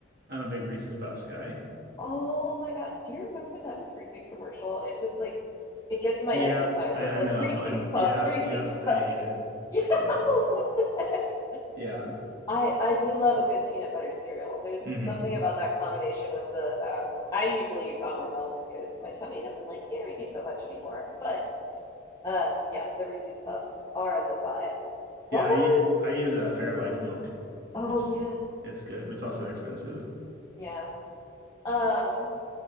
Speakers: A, on the right; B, on the left.
A: a big Reese's Puffs guy.
B: Oh my God, do you remember that freaking commercial? It just like it gets in my
A: Yep,
B: head sometimes,
A: I
B: or it's
A: I
B: like
A: know.
B: Reese's
A: I
B: Puffs,
A: yeah,
B: Reese's
A: yeah,
B: Puffs.
A: I hate it.
B: <laughs> You
A: I hate
B: know,
A: it.
B: what the heck?
A: Yeah.
B: I I do love a good peanut butter cereal. There's
A: hmm
B: something about that combination with the um, I usually use almond milk because my tummy doesn't like dairy so much anymore, but Uh, yeah, the Reese's Puffs are the vibe.
A: Yeah,
B: What
A: I
B: was?
A: I use a Fairlife milk.
B: Oh
A: It's
B: yeah,
A: it's good, but it's also expensive.
B: yeah. Um,